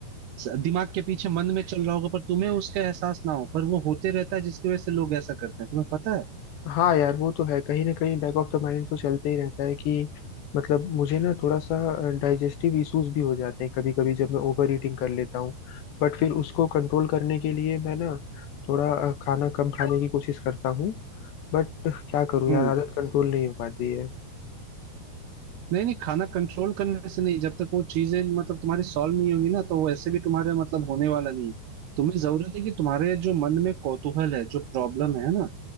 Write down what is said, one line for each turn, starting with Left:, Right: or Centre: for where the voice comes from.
Right: स- दिमाग के पीछे मन में चल रहा होगा पर तुम्हें उसका एहसास ना हो पर वो होते रहता है जिसकी वजह से लोग ऐसा करते हैं तुम्हें पता है
Left: हाँ यार वो तो है कहीं ना कहीं बैक ऑफ द माइंड तो चलते ही रहता है कि मतलब मुझे ना थोड़ा सा डाइजेस्टिव इश्यूज भी हो जाते हैं कभी कभी जब मैं ओवर ईटिंग कर लेता हूँ बट फिर उसको कंट्रोल करने के लिए मैं ना थोड़ा अ, खाना कम खाने की कोशिश करता हूँ बट क्या करूँ
Right: हम्म
Left: यार आदत कंट्रोल नहीं हो पाती है
Right: नहीं नहीं खाना कंट्रोल करने से नहीं जब तक वो चीजें मतलब तुम्हारी सॉल्व नहीं होंगी ना तो वैसे भी तुम्हारे मतलब होने वाला नहीं है तुम्हें जरूरत है कि तुम्हारे जो मन में कौतूहल है जो प्रॉब्लम है ना